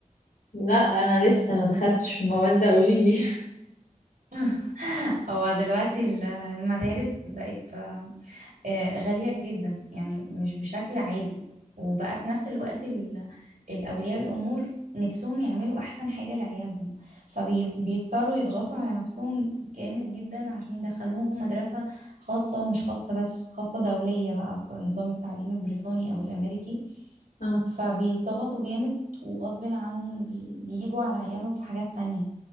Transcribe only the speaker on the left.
لا انا لسه ما دخلتش في الموال ده قوليلي
<laughs> اه